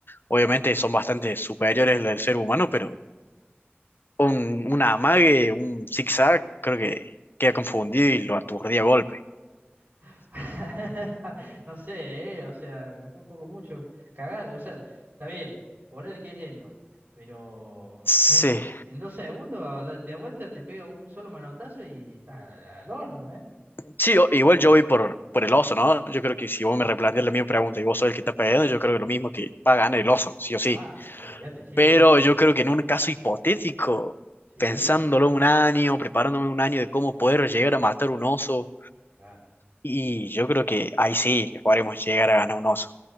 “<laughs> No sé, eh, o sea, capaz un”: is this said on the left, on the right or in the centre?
Right